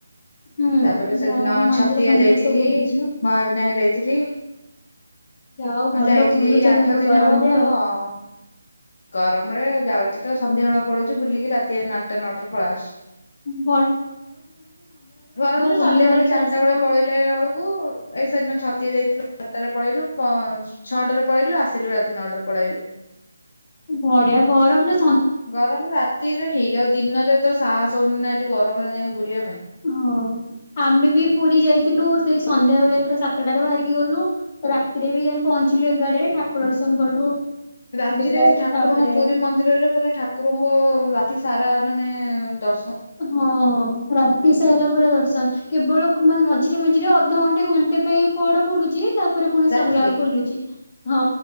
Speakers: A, on the left; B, on the left.
A: ହୁଁ
B: ତାପରେ ସେଦିନ
A: ଯାଅ ମନ୍ଦିର
B: ଛତିଆ
A: ଫନ୍ଦିର
B: ଯାଇଥିଲିମହାବିନାୟକ
A: ସବୁ ବୁଲିଛ।
B: ଯାଇଥିଲି
A: ଯାଅ ଭଲ
B: ହଁ ଯାଇଥିଲି
A: ବୁଲୁଛ
B: ଏଇ ଆଠ
A: କିନ୍ତୁ
B: ଦିନ
A: ଗରମରେ
B: ହବ <unintelligible>
A: ଆଉ।
B: ହଁ। ଗରମ ରେ ଯାଉଚି ତ ସନ୍ଧ୍ୟା ବେଳା ପଳଉଚୁ ବୁଲିକି ରାତି ଆଠ ନଅଟା ନଅଟାରେ ପଳାଇ ଆସୁ।
A: ହୁଁ।
B: ଗରମରେ
A: ବୁଲି
B: ସନ୍ଧ୍ୟା
A: ବାଲିକି
B: ବେଳେ ଚାରଟା
A: ଆସିବ।
B: ବେଳେ ପଳେଇଲେ ବେଳକୁ ଏଇ <unintelligible> ହତିଆ ଯାଇଥିଲୁ ଅଟରେ ପଳେଇଲୁ ତ ଛଅଟାରେ ପଳେଇଲୁ ଆସିଲୁ ରାତି ନଅଟାରେ ପଳେଆଇଲୁ।
A: ବଢିଆ ଗରମ ତ
B: ଗରମ ରାତିରେ ଠିକ ଆଉ ଦିନରେ ତ ସାହସ ହଉନି ନା ଏ ଯୋଉ ଗରମରେ ଯାଇଁକି ବୁଲିଆକ୍
A: ହଁ ଆମେ ବି ପୁରୀ ଯାଇଥିଲୁ। ସେଇ ସନ୍ଧ୍ୟା ବେଳେ ପୁରା ସାତଟାରେ ବାହାରିକି ଗଲୁ ରାତିରେ ବି ଯାଇଁ ପହଞ୍ଚିଲୁ ଏଗାରଟାରେ ଠାକୁର ଦର୍ଶନ କଲୁ।
B: ରାତିରେ
A: ଦିଟାରେ
B: ଠାକୁରଙ୍କ
A: ତାପରେ
B: ପୁରୀ ମନ୍ଦିରରେ ପୁରା ଠାକୁରଙ୍କ ରାତି ସାରା ମାନେ ଦର୍ଶ
A: ହଁ ରାତି ସାରା ପୁରା ଦର୍ଶନ। କେବଳ ମୋ ମଝିରେ ମଝିରେ ଅଧଘଣ୍ଟେ ଘଣ୍ଟେ ପାଇଁ ପହଡ ପଡ଼ୁଚି ତାପରେ ପୁଣି ସରିଲା
B: ରାତିରେ
A: ଖୋଲୁଚି। ହଁ